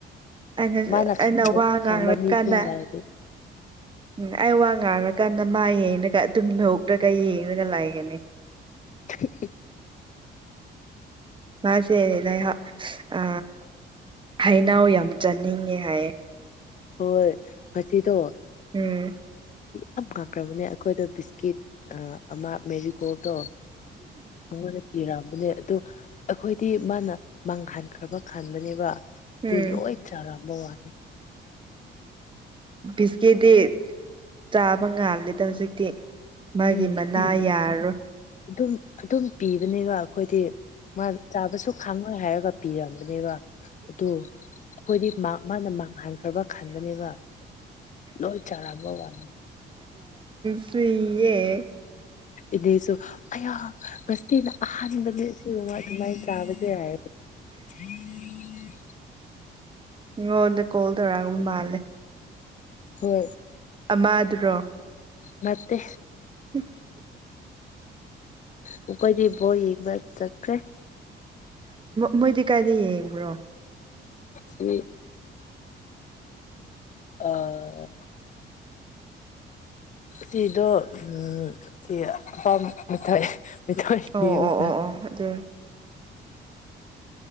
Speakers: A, on the right; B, on the left.
A: ꯑꯩꯅ
B: ꯃꯥꯅ
A: ꯑꯩꯅ
B: ꯈꯪꯕ
A: ꯋꯥ ꯉꯥꯡꯂ
B: ꯈꯪꯕ ꯃꯤꯁꯤꯡ
A: ꯀꯥꯟꯗ
B: ꯂꯩꯔꯗꯤ
A: ꯎꯝ ꯑꯩ ꯋꯥ ꯉꯥꯡꯔꯀꯥꯟꯗ ꯃꯥ ꯌꯦꯡꯉꯒ ꯑꯗꯨꯝ ꯂꯧꯔ꯭ꯔꯒ ꯌꯦꯡꯉꯒ ꯂꯥꯛꯒꯅꯤ
B: <unintelligible>
A: ꯃꯥꯁꯦ ꯂꯩꯍ ꯑ ꯍꯅꯥꯎ ꯌꯥꯝ ꯆꯥꯅꯤꯡꯉꯦ ꯍꯥꯏꯌꯦ
B: ꯍꯣꯏ ꯉꯁꯤꯗ
A: ꯎꯝ
B: ꯌꯥꯝ ꯍꯥꯡꯈ꯭ꯔꯕꯅꯦ ꯑꯩꯈꯣꯏꯗ ꯕꯤꯁꯀꯤꯠ ꯑꯃ ꯃꯦꯔꯤ ꯀꯣꯇꯣ ꯃꯉꯣꯟꯗ ꯄꯤꯔ ꯅꯦ ꯑꯗꯣ ꯑꯩꯈꯣꯏꯗꯤ ꯃꯥꯅ ꯃꯥꯡꯍꯟꯈ꯭ꯔꯕ ꯈꯥꯟꯕꯅꯦꯕ
A: ꯎꯝ
B: ꯇ ꯂꯣꯏ ꯆꯔꯕ ꯋꯥꯅꯤ
A: ꯕꯤꯁꯀꯤꯦꯗꯤꯤ ꯆꯥꯕ ꯉꯥꯜꯂꯦꯗ ꯍꯧꯖꯤꯛꯇꯤ ꯃꯥꯒꯤ
B: ꯎꯝ
A: ꯃꯅꯥ
B: ꯌꯥꯝ
A: ꯌꯥꯔꯣꯏ
B: ꯑꯗꯨꯝ ꯑꯗꯨꯝ ꯄꯤꯕꯅꯦꯕ ꯑꯩꯈꯣꯏꯗꯤ ꯃꯥ ꯆꯥꯕꯁꯨ ꯈꯥꯡꯉꯣꯏ ꯍꯥꯏꯔꯒ ꯄꯤꯔꯝꯃꯦ ꯑꯗꯨ ꯑꯩꯈꯣꯏꯗꯤ ꯃꯥꯅ ꯃꯥꯡꯍꯟꯈ꯭ꯔꯕ ꯈꯟꯒꯅꯦꯕ ꯂꯣꯏ ꯆꯔꯥꯕꯣ ꯋꯥꯅꯤꯦ
A: ꯁꯤꯌꯦꯦ
B: ꯏꯕꯦꯁꯨ ꯑꯌꯥ ꯉꯁꯤꯅ ꯑꯍꯥꯟꯕꯅꯦ ꯁꯤꯒꯨꯝꯕ ꯑꯗꯨꯃꯥꯏꯅ ꯆꯥꯕꯁ ꯍꯥꯏꯔ ꯑꯝ
A: ꯃꯤꯉꯣꯟꯗ ꯀꯣꯜ ꯇꯧꯔꯛꯑꯕ ꯃꯥꯜꯂꯦ
B: ꯍꯣꯏ
A: ꯑꯃꯗꯨꯔꯣ
B: ꯅꯇꯦ
A: ꯎꯝ
B: ꯃꯈꯣꯏꯗꯤ ꯕꯣꯔ ꯌꯦꯡꯕ ꯆꯠꯈ꯭ꯔꯦ
A: ꯃꯣꯏꯗꯤ ꯀꯥꯏꯗ ꯌꯦꯡꯕ꯭ꯔꯣ
B: ꯁꯤ ꯑꯥ ꯁꯤꯗꯣ ꯎꯝ ꯁꯤ ꯑꯄꯥꯝ ꯃꯊ ꯀꯁ
A: ꯑꯣ ꯑꯣ ꯑꯣ ꯑꯣ ꯑꯗꯨ